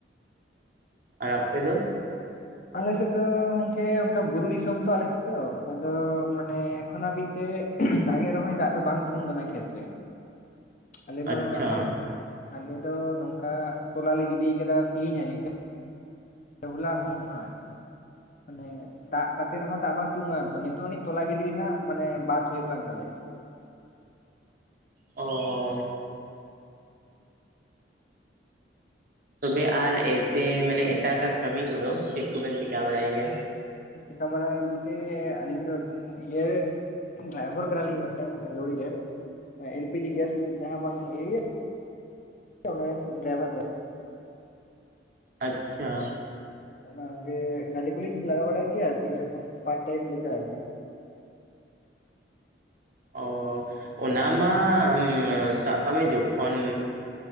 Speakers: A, on the right (about 50°); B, on the left (about 45°).
A: ᱟᱨ ᱟᱯᱮ ᱫᱚ᱾
B: ᱟᱞᱮ ᱥᱮᱡ ᱫᱚ ᱜᱚᱝᱠᱮ ᱚᱱᱠᱟ ᱵᱩᱨᱩ ᱫᱤᱥᱚᱢ ᱛᱚ ᱟᱞᱮ ᱥᱮᱡ ᱫᱚ ᱟᱫᱚ ᱢᱟᱱᱮ ᱮᱠᱷᱚᱱ ᱦᱟᱹᱵᱤᱡ ᱛᱮ ᱵᱷᱟᱜᱮ ᱨᱮᱦᱚᱭ ᱫᱟᱜ ᱫᱚ ᱵᱟᱝ ᱛᱤᱸᱜᱩᱱ ᱠᱟᱱᱟ ᱠᱷᱮᱛ ᱨᱮ᱾ ᱟᱞᱮ ᱢᱟ
A: ᱟᱪᱪᱷᱟ
B: ᱱᱚᱜ-ᱚᱭ ᱟᱞᱮ ᱫᱚ ᱱᱚᱝᱠᱟ ᱛᱚᱞᱟ ᱞᱮ ᱜᱤᱰᱤ ᱟᱠᱟᱫᱟ ᱛᱮᱸᱦᱤᱧ ᱦᱟᱹᱨᱤᱡ ᱦᱚᱞᱟ ᱦᱚ ᱤᱧ ᱦᱚ ᱟᱹᱨᱠᱤ ᱢᱟᱱᱮ ᱫᱟᱜ ᱠᱟᱛᱮ ᱨᱮᱦᱚᱸ ᱫᱟᱜ ᱵᱟᱝ ᱛᱤᱜᱩᱱ ᱠᱟᱱᱟ ᱛᱚ ᱱᱤᱛᱚᱜ ᱟᱱᱤᱡ ᱛᱚᱞᱟ ᱜᱤᱰᱤ ᱨᱮᱱᱟᱜ ᱢᱟᱱᱮ ᱵᱟᱫ ᱦᱩᱭᱩᱜ ᱠᱟᱱ ᱛᱟᱞᱮᱭᱟ ᱾
A: ᱚᱻ᱾ ᱛᱚᱵᱮ ᱟᱨ ᱮᱭᱥᱮ ᱢᱟᱱᱮ ᱮᱴᱟᱜᱟᱜ ᱠᱟᱹᱢᱤ ᱠᱚᱫᱚ ᱪᱮᱫ ᱠᱚᱵᱮᱱ ᱪᱤᱠᱟ ᱵᱟᱲᱟᱭ ᱜᱮᱭᱟ ᱾
B: ᱪᱤᱠᱟ ᱵᱟᱲᱟᱭ ᱵᱚᱞᱛᱮ ᱟᱹᱞᱤᱧ ᱫᱚ ᱤᱭᱟᱹ ᱨᱮᱱ ᱰᱚᱨᱟᱭᱵᱷᱟᱨ ᱠᱟᱱᱟᱞᱤᱧ ᱢᱤᱫᱴᱟᱝ ᱞᱩᱲᱤ ᱨᱮᱱ᱾ ᱮᱞ ᱯᱤ ᱡᱤ ᱜᱮᱥ ᱡᱟᱦᱟᱸ ᱵᱟᱝ ᱤᱭᱟᱹ ᱚᱱᱟ ᱨᱮ ᱨᱮᱱ ᱰᱨᱟᱭᱵᱷᱟᱨ ᱠᱟᱱᱟ ᱾
A: ᱟᱪᱪᱷᱟ,
B: ᱚᱱᱟ ᱜᱮ ᱜᱟᱹᱰᱤ ᱠᱚᱞᱤᱧ ᱞᱟᱜᱟ ᱵᱟᱲᱟᱭ ᱜᱮᱭᱟ ᱟᱹᱨᱠᱤ ᱡᱚᱠᱷᱚᱱ ᱯᱟᱨᱴ ᱴᱟᱭᱤᱢ ᱞᱮᱠᱟ ᱟᱹᱨᱠᱤ ᱾
A: ᱚᱻ ᱚᱱᱟ ᱢᱟ ᱥᱟᱵᱽ ᱠᱟᱜ ᱢᱮ ᱡᱚᱠᱷᱚᱱ᱾